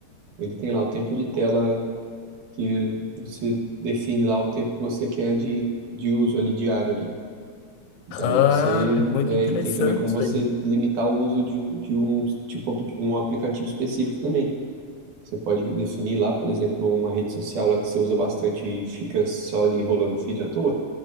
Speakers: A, on the right; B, on the left.
A: ele tem lá o tempo de tela que ele- você define lá o tempo que você quer de, de uso ali diário ali. E daí
B: Ah,
A: você
B: é muito
A: é,
B: interessante
A: e tem também como
B: isso
A: você
B: aí.
A: limitar o uso de, um- de um tipo de um aplicativo específico também. Você pode definir lá, por exemplo, uma rede social lá que você usa bastante e fica só ali rolando feed à toa.